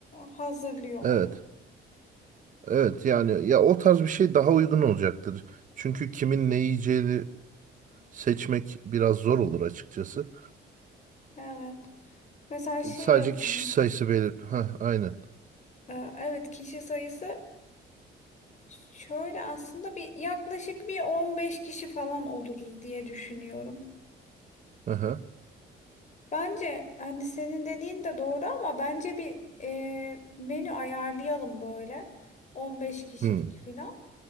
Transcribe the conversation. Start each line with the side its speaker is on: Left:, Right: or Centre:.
Left: hazırlıyorlar.
Right: evet, evet yani ya o tarz bir şey daha uygun olacaktır. Çünkü kimin ne yiyeceğini seçmek biraz zor olur açıkçası.
Left: Evet. Mesela şey
Right: Ee, Sadece
Left: yapalım.
Right: kişi sayısı belir. Ha, aynen.
Left: E, evet kişi sayısı şöyle aslında bir yaklaşık bir 15 kişi falan oluruz diye düşünüyorum.
Right: Aha.
Left: Bence hani senin dediğin de doğru ama bence bir e, menü ayarlayalım böyle. on beş kişilik
Right: Hmm,
Left: falan.